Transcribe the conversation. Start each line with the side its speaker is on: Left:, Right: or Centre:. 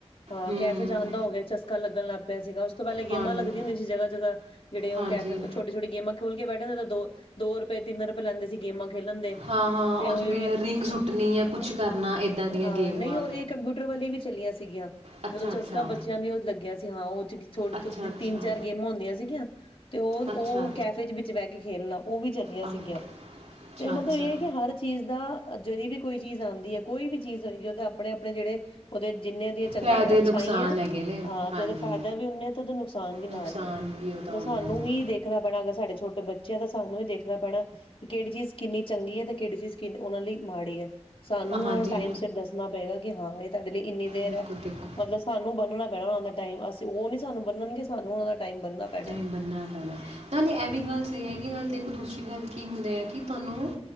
Left: ਹਾਂ
Right: ਹੂੰ
Left: ਕੈਫੇ ਜਾਣ ਦਾ ਹੋ ਗਿਆ ਚਸਕਾ ਲੱਗਣ ਲੱਗ ਪਿਆ ਸੀਗਾ ਉਸ ਤੋਂ ਪਹਿਲੇ
Right: ਹਾਂਜੀ
Left: ਗੇਮਾਂ ਲੱਗਦੀ ਹੁੰਦੀ ਸੀ ਜਗਾ ਜਗਾਹ ਜਿਹੜੇ ਉਹ
Right: ਹਾਂਜੀ
Left: ਕੈਫੇ ਛੋਟੀ ਛੋਟੀ ਗੇਮਾਂ ਖੋਲ ਕੇ ਬੈਠੇ ਤਾਂ ਦੋ ਰੁਪਏ ਤਿੰਨ ਰੁਪਏ ਲੈਂਦੇ ਸੀ ਗੇਮਾਂ ਖੇਲਣ ਦੇ
Right: ਹਾਂ ਹਾਂ
Left: ਤੇ ਉਹ
Right: ਜਿਵੇਂ
Left: ਜਿਹੜੀਆਂ
Right: ਰਿੰਗ ਸੁੱਟਣੀ ਜਾਂ ਕੁਝ ਕਰਨਾ ਇਦਾਂ ਦੀਆਂ
Left: ਹਾਂ
Right: ਗੇਮਾਂ
Left: ਨਹੀਂ ਉਹ ਇਹ ਕੰਪਿਊਟਰ ਵਾਲੀ ਵੀ ਚਲੀਆਂ ਸੀਗੀਆਂ
Right: ਅੱਛਾ
Left: ਜਦੋਂ ਚਸਕਾ
Right: ਅੱਛਾ
Left: ਬੱਚਿਆਂ ਦੀ ਉਹ ਲੱਗਿਆ ਸੀ ਹਾਂ ਉਹ ਥੋੜੇ
Right: ਅੱਛਾ ਅੱਛਾ
Left: ਤਿੰਨ ਚਾਰ ਗੇਮਾਂ ਹੁੰਦੀਆਂ ਸੀਗੀਆਂ ਤੇ ਹੋਰ
Right: ਅੱਛਾ
Left: ਉਹ ਕੈਫੇ ਦੇ ਵਿੱਚ ਬਹਿ ਕੇ ਖੇਲਣਾ ਉਹ ਵੀ ਚਲੀਆਂ
Right: ਆ-
Left: ਸੀਗੀਆਂ
Right: ਅੱਛਾ
Left: ਤੇ ਮਤਲਬ
Right: ਅੱਛਾ
Left: ਇਹ ਹੈ ਕਿ ਹਰ ਚੀਜ਼ ਦਾ ਜਿਹੜੀ ਵੀ ਕੋਈ ਚੀਜ਼ ਆਂਦੀ ਹੈ ਕੋਈ ਵੀ ਚੀਜ਼ ਹੋਏਗੀ ਉਹਦੇ ਆਪਣੇ ਆਪਣੇ ਜਿਹੜੇ ਉਹਦੇ ਜਿੰਨੇ ਉਹਦੀਆਂ ਚੰਗਾ
Right: ਫਾਇਦੇ
Left: ਅੱਛਾਈ
Right: ਨੁਕਸਾਨ
Left: ਹੈ
Right: ਹੈਗੇ ਨੇ
Left: ਹਾਂ
Right: ਹਾਂਜੀ
Left: ਤੇ ਉਹਦਾ ਫਾਇਦਾ ਵੀ ਉਨੇ ਆ ਤੇ ਉਹਦਾ ਨੁਕਸਾਨ ਵੀ ਨਾਲ
Right: ਨੁਕਸਾਨ
Left: ਹੀ ਹੈ
Right: ਵੀ ਉਹਦਾ
Left: ਜੇ ਸਾਨੂੰ
Right: ਉਨਾ ਹੈ
Left: ਹੀ ਦੇਖਣਾ ਪੈਣਾ ਅਗਰ ਸਾਡੇ ਛੋਟੇ ਬੱਚੇ ਆ ਤਾਂ ਸਾਨੂੰ ਵੀ ਦੇਖਣਾ ਪੈਣਾ, ਕਿ ਕਿਹੜੀ ਚੀਜ਼ ਕਿੰਨੀ ਚੰਗੀ ਹੈ ਤੇ ਕਿਹੜੀ ਚੀਜ਼ ਕਿ ਉਹਨਾਂ ਲਈ ਮਾੜੀ ਹੈ। ਸਾਨੂੰ ਹੀ
Right: ਹਾਂਜੀ
Left: ਉਹਨਾਂ ਨੂੰ ਟਾਈਮ ਸਿਰ ਦੱਸਣਾ ਪਏਗਾ ਕਿ ਹਾਂ ਇਹ ਤੁਹਾਡੇ ਲਈ ਇੰਨੀ ਦੇਰ
Right: ਬਿਲਕੁਲ
Left: ਹੈ,
Right: ਦੇਖੋ
Left: ਮਤਲਬ ਸਾਨੂੰ ਬਨਣਾ। ਪਹਿਲੇ ਉਹਨਾਂ ਦਾ ਟਾਈਮ ਅਸੀਂ ਉਹ ਨੀ ਸਾਨੂੰ ਬੰਨਣਗੇ ਸਾਨੂੰ ਉਹਨਾਂ ਦਾ ਟਾਈਮ ਬੰਨਣਾ ਪੈਣਾ।
Right: ਟਾਇਮ
Left: ਹੈ।
Right: ਬਣਨਾ ਪੈਣਾ, ਨਾਲੇ ਇਹ ਵੀ ਗੱਲ ਸਹੀ ਹੈਗੀ ਨਾ ਦੇਖ। ਦੂਸਰੀ ਗੱਲ ਕੀ ਹੁੰਦੇ ਆ ਕਿ ਤੁਹਾਨੂੰ